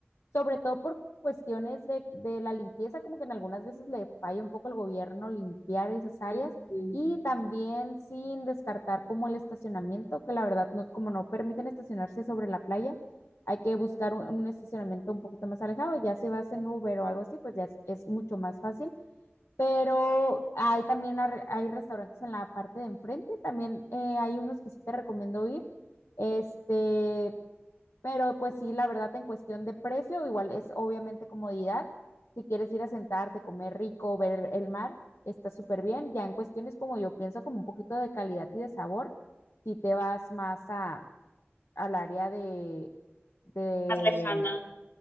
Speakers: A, on the left; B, on the left.
A: sobre todo por cuestiones de, de la limpieza, como que en algunas veces le falla un poco el gobierno limpiar esas áreas
B: Ujú.
A: y también sin descartar como el estacionamiento, que la verdad no, como no permiten estacionarse sobre la playa, hay que buscar un, un, estacionamiento un poquito más alejado, ya si vas en Uber o algo así, pues ya es, es mucho más fácil, pero hay también hay restaurantes en la parte de enfrente, también eh, hay unos que sí te recomiendo ir, este, pero pues sí, la verdad, en cuestión de precio, igual es obviamente comodidad. Si quieres ir a sentarte, comer rico, ver el mar, está súper bien. Ya en cuestiones como yo pienso, como un poquito de calidad y de sabor, si te vas más a, al área de, de,
B: Más lejana.